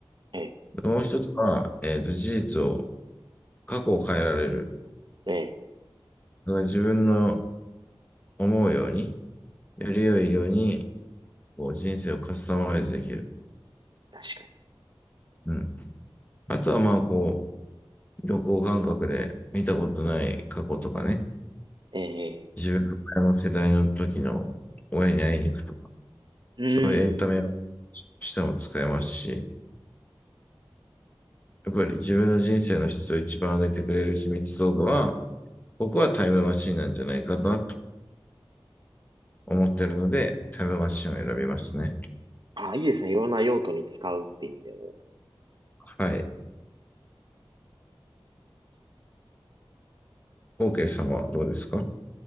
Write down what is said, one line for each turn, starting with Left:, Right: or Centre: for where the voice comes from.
Right: ええ、
Left: でもう一つは、えっと、事実を、過去を変えられる。
Right: ええ、
Left: だから自分の思うように、より良いように、こう人生をカスタマイズできる。
Right: 確かに。
Left: うん。あとはまあこう、旅行感覚で見たことない過去とかね、
Right: ええ、
Left: 自分の親の世代の時の親に会いに行くとか、
Right: ええうん。
Left: そういうエンタメをしても使えますし、やっぱり自分の人生の質を一番上げてくれる秘密道具は、僕はタイムマシンなんじゃないかなと思っているので、タイムマシンを選びますね。
Right: あ、いいですね。いろんな用途に使うって意味でも。
Left: はい。OK さんはどうですか